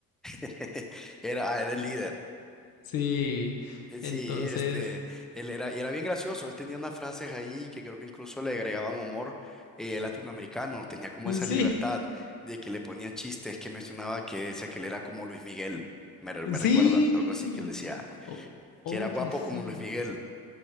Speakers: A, in the centre; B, on the left.
A: <laughs> Era, ah, era el líder.
B: Sí,
A: Eh, Sí,
B: entonces,
A: este, él era, y era bien gracioso, él tenía unas frases ahí que creo que incluso le agregaban humor eh, latinoamericano, tenía como esa
B: sí,
A: libertad de que le ponían chistes que mencionaba que decía que él era como Luis Miguel, me, re- me
B: sí.
A: recuerda, algo así que él decía,
B: O- oye,
A: que era guapo
B: sí.
A: como Luis Miguel,